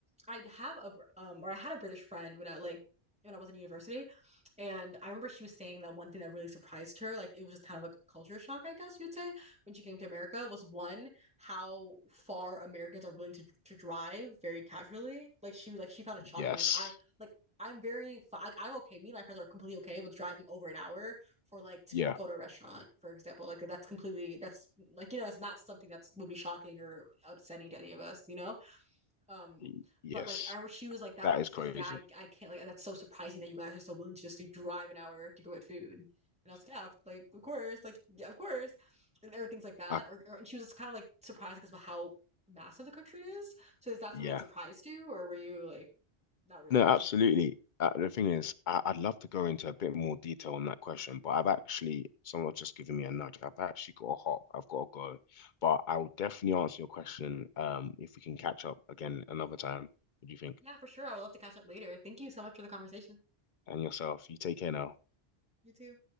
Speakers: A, in the centre; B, on the left.
A: I have a um or I had a British friend when I like when I was in university and I remember she was saying that one thing that really surprised her, like it was just kind of like a culture shock, I guess you'd say, when she came to America, was one how far Americans are willing to to drive very casually. Like she like she found it shocking.
B: yes.
A: Like I like I'm very like I'm okay. Me and my friends are completely okay with driving over an hour for like to
B: Yeah.
A: go to a restaurant, for example. Like that's completely that's like you know it's not something that's would be shocking or upsetting to any of us, you know. Um,
B: Y- Yes.
A: but like I she was like that
B: That
A: with
B: is
A: she
B: crazy.
A: was like, Yeah, I, I can't like that's so surprising that you guys are so willing to just like, drive an hour to go get food. And I was like, Yeah, like of course, like yeah, of course. And everything's like that.
B: <laughs> I,
A: Or, or and she was kind of like surprised because like, of how massive the country is. So is that
B: yeah.
A: something that surprised you or were you like not re-
B: No,
A: not
B: absolutely.
A: so surprised?
B: Uh, the thing is, I, I'd love to go into a bit more detail on that question, but I've actually, someone's just given me a nudge. I've actually got to hop. I've got to go. But I will definitely answer your question, um, if we can catch up again another time. What do you think?
A: Yeah, for sure. I would love to catch up later. Thank you so much for the conversation.
B: And yourself, you take care now.
A: You too.